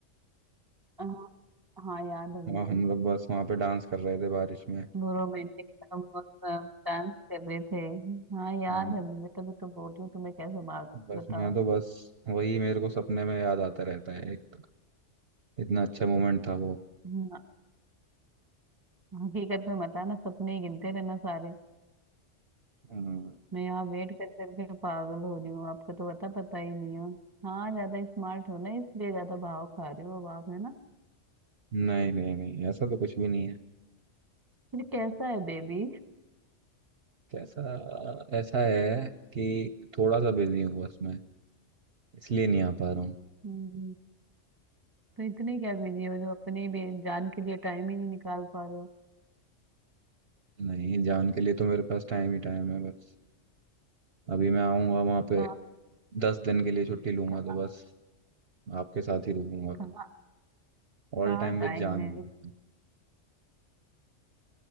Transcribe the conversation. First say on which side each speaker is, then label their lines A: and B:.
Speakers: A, on the right; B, on the right.
A: हाँ हाँ याद है मुझे
B: वहाँ हम लोग बस वहाँ पे डांस कर रहे थे बारिश में
A: वो रोमांटिक डांस कर रहे थे हाँ याद
B: हम्म,
A: है मुझे तभी तो बोल रही हूँ तुम्हें कैसे मार दूँ
B: बस
A: बताओ
B: मैं तो बस वही मेरे को सपने में याद आता रहता है एक तो इतना अच्छा मोमेंट था वो
A: हाँ, हकीकत में मत आना सपने ही गिनते रहना सारे
B: हम्म,
A: मैं यहाँ वेट कर करके पागल हो रही हूँ आपका तो पता पता ही नहीं हो हाँ ज्यादा स्मार्ट हो ना इसलिए ज्यादा भाव खा रहे हो अब आप है ना
B: नहीं नहीं नहीं ऐसा तो कुछ भी नहीं है
A: फिर कैसा है बेबी
B: कैसा ऐसा है कि थोड़ा सा बिजी हूँ बस मैं इसलिए नहीं आ पा रहा हूँ
A: हम्म, तो इतने क्या बिजी हो जो अपनी बे- जान के लिए टाइम ही नहीं निकाल पा रहे हो
B: नहीं जान के लिए तो मेरे पास टाइम ही टाइम है बस अभी मैं आऊंगा वहाँ पे
A: कहाँ
B: दस दिन के लिए छुट्टी लूंगा
A: कहाँ
B: तो बस आपके साथ ही रुकूंगा
A: कहाँ
B: ऑल
A: कहाँ
B: टाइम
A: टाइम
B: विद जान
A: है
B: है।